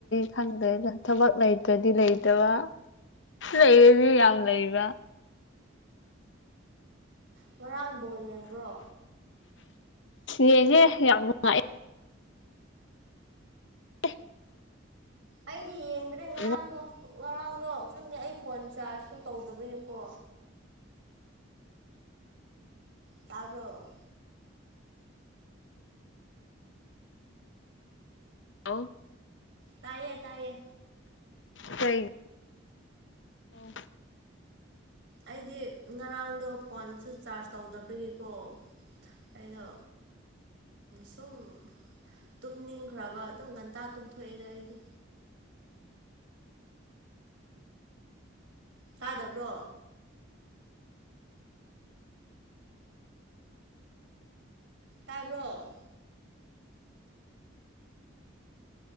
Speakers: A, on the left; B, on the right.
A: ꯈꯪꯗꯦꯗ ꯊꯕꯛ ꯂꯩꯇ꯭ꯔꯗꯤ ꯂꯩꯇꯕ ꯂꯩꯔꯗꯤ ꯃꯤ ꯌꯥꯝ ꯂꯩꯕ
B: ꯉꯔꯥꯡ ꯕꯣꯜ ꯌꯦꯡꯕ꯭ꯔꯣ
A: ꯌꯦꯡꯉꯦ ꯌꯥꯝ ꯅꯨꯡꯉꯥꯏꯌꯦ ꯍ
B: ꯑꯩꯗꯤ ꯌꯦꯡꯗ꯭ꯔꯦ
A: ꯅꯨꯡꯉꯥꯏꯒꯤ
B: ꯉꯔꯥꯡꯗꯣ ꯉꯔꯥꯡꯗꯣ ꯈꯪꯗꯦ ꯑꯩ ꯐꯣꯟ ꯆꯥꯔꯖꯁꯨ ꯇꯧꯗꯕꯒꯤꯀꯣ ꯇꯥꯕ꯭ꯔꯣ
A: ꯑꯣ
B: ꯇꯥꯏꯌꯦ ꯇꯥꯏꯌꯦ
A: ꯏꯁꯩꯩ ꯑꯣ
B: ꯑꯩꯗꯤ ꯉꯔꯥꯡꯗꯣ ꯐꯣꯟꯁꯨ ꯆꯥꯔꯖ ꯇꯧꯗꯕꯒꯤꯀꯣ ꯑꯩꯗꯣ ꯁꯨꯝ ꯇꯨꯝꯅꯤꯡꯈ꯭ꯔꯕ ꯑꯗꯨꯝ ꯉꯟꯇꯥ ꯇꯨꯝꯊꯣꯛꯑꯦꯗ ꯑꯩꯗꯤ ꯇꯥꯗꯕ꯭ꯔꯣ ꯇꯥꯕ꯭ꯔꯣ